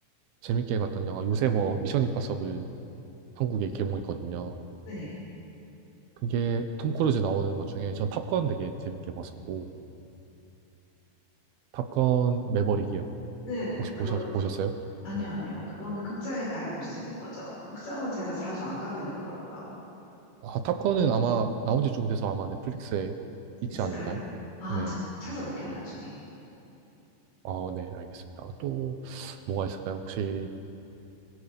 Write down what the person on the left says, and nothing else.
네.
네,
그거,
아니요,
아니요. 그거는 극장에 가야 볼 수 있는 거죠. 극장은 제가 자주 안 가게 되더라고요.
있을까요?
아,
저 찾아볼게요, 나중에.